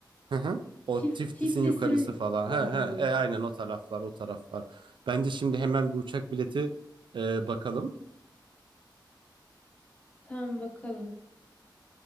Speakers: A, on the right; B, on the left.
A: Hı hı. O
B: Tif
A: Tiftis'in
B: Tiflis'in
A: yukarısı falan.
B: orada
A: He
B: mı?
A: he. E, aynen o taraflar, o taraflar. Bence şimdi hemen bir uçak bileti e, bakalım.
B: Tamam bakalım.